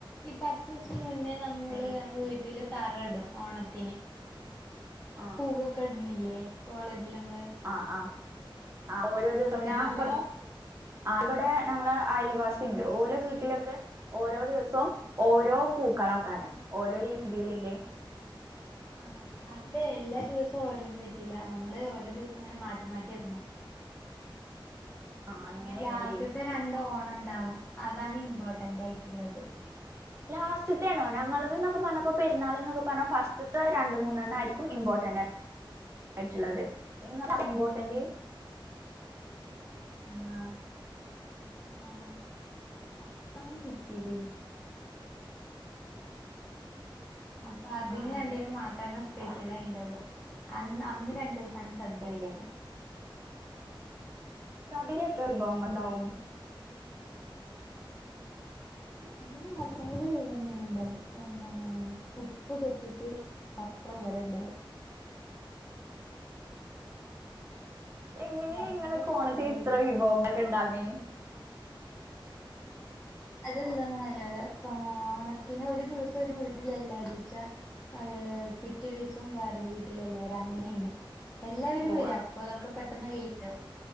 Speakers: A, on the left; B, on the right.
A: ഈ പത്ത്സം മുന്നേ നമ്മള്
B: ഏഹ്
A: നമ്മളെവീട്ടില് തറടും ഓണത്തിന്
B: ആഹ്
A: പൂവൊക്കെ ഇട്ന്നില്ലേ കോളേജിലമ്മളെ
B: ആഹ് ആഹ് ആ ഓരോരോ <unintelligible> ഞാൻ
A: ഇട്ടിട്ട്
B: ഇവടെ ആഹ് ഇവിടെ ഞങ്ങളെ അയൽവാസിണ്ട് ഓല വീട്ടിലൊക്കെ ഓരോദിവസവും ഓരോ പൂക്കളക്കാരം ഓരോ രീതിയിലില്ലേ
A: ആഹ് അത് എല്ലാ ദിവസവും ഓരോന്ന് പറ്റില്ല നമ്മള് ഓരോ ദിവസങ്ങനെ മാറ്റി മാറ്റിയിട്ണം
B: ആ അങ്ങനെയാണല്ലേ
A: പിന്നെ ലാസ്റ്റ്ത്തെ രണ്ട്ഓണണ്ടാവും അതാണ് ഇമ്പോർട്ടന്റായിട്ട്ള്ളത്
B: ലാസ്റ്റത്തേണോ ഞങ്ങൾതന്നൊക്കെ പറഞ്ഞപ്പോ പെരുന്നാള്ന്നൊക്കെ പർഞ്ഞാ ഫസ്റ്റത്ത് രണ്ട്മൂന്നെണ്ണം ആയിരിക്കും ഇമ്പോട്ടന്റാ ആയിട്ട്ള്ളത് ഇങ്ങള ഇമ്പോർട്ടന്റ്
A: ആഹ് ആഹ് ഓണം അത്തം ചിത്തിരി അപ്പ അതിന്
B: ആ അങ്ങനെ
A: രണ്ടിനു മാത്രേ സ്പെഷ്യൽ ഉണ്ടാവുള്ളൂ അന്ന് അന്ന് രണ്ടു സാണ് സദ്യവയ്ക്ക
B: ഓ സദ്യ എത്ര വിഭവങ്ങൾണ്ടാവും
A: ഭയങ്കര രസം അങ്ങനെ നാല്പമല് <unintelligible> എന്താണ് ഉപ്പ്തൊട്ടിട്ട് പപ്പടം വരെണ്ടാവും.
B: എങ്ങനെ
A: ഓർക്കുമ്പോ
B: ഇങ്ങെളൊ
A: തന്നെ
B: ക്കെ ഓണത്തിന്
A: വെള്ളം
B: ഇത്ര
A: വരുന്നു വായിൽ
B: വിഭവങ്ങൊക്കെ ഇണ്ടാങ്ങേ
A: അതെന്താന്നത് ആ ഓണത്തിന് ഒരു ദിവസം ഒരു വീട്ടിലല്ല ഇടിച്ച അത് പിറ്റേ ദിവസം വേറെ വീട്ടിലല്ലാര് അങ്ങനെണ് എല്ലാവരും
B: ഓ
A: വരും അപ്പൊ അതൊക്കെ പെട്ടെന്ന് കഴല്ലോ